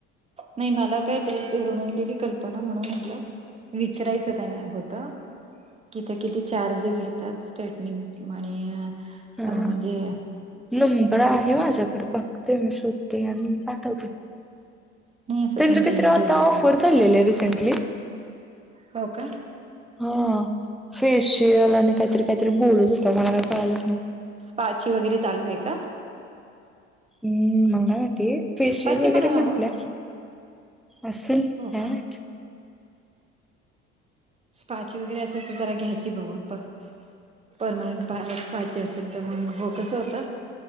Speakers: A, on the right (about 20°); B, in the centre.
A: नाही मला काय ते, ऋणून दिली कल्पना, म्हणून म्हटलं. विचरायचं त्याना होतं. तिथं किती चार्ज घेतात स्ट्रेटनिंग आणि
B: हा.
A: म्हणजे
B: नंबर आहे माझ्याकडे. बघते मी, शोधते आणि पाठवते.
A: नाही असं
B: त्यांचं
A: तुम्ही
B: कायतरी आता
A: गेलात
B: ऑफर चाललेलं रिसंटली.
A: हो का?
B: हा, फेशियल आणि काहीतरी - काहीतरी, बोलत होत्या. मला तर कळालंच नाही.
A: स्पाची वगैरे चालू आहे का?
B: हम्, <unintelligible> फेशियल
A: स्पाची
B: वगैरे
A: पण हो
B: म्हंटलं. असेल काय
A: का
B: माहित.
A: स्पाची वगैरे असेल तर, जरा घ्यायची बघून पण. परमनंट पा पाहायची असेल तर, मंग हो कसं होतं?